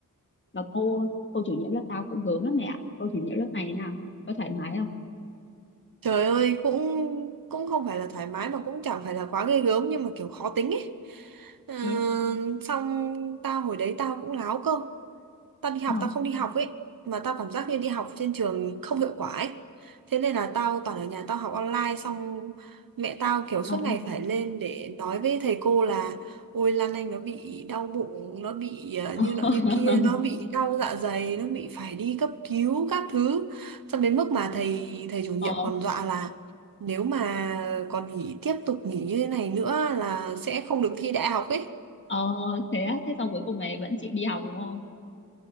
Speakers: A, on the left (about 35°); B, on the right (about 90°).
A: mà cô cô chủ nhiệm lớp tao cũng gớm lắm mẹ ạ cô chủ nhiệm lớp này thế nào có thoải mái không
B: Trời ơi cũng cũng không phải là thoải mái mà cũng chẳng phải là quá ghê gớm nhưng mà kiểu khó tính ấy. Ờ,
A: thế á?
B: xong tao hồi đấy tao cũng láo cơ tao đi học
A: ờ
B: tao không đi học ấy mà tao cảm giác như đi học trên trường không hiệu quả ấy thế nên là tao toàn ở nhà tao học online xong mẹ tao kiểu suốt
A: ờ
B: ngày phải lên để nói với thầy cô là ôi Lan Anh nó bị đau bụng nó bị ờ,
A: ờ
B: như
A: <laughs>
B: nọ như kia nó bị đau dạ dày nó bị phải đi cấp cứu các thứ xong đến mức mà thầy thầy chủ nhiệm
A: ờ
B: còn dọa là nếu mà còn nghỉ tiếp tục nghỉ như thế này nữa là sẽ không được thi đại học ấy
A: ờ, thế á, thế xong cuối cùng mày vẫn chịu đi học đúng không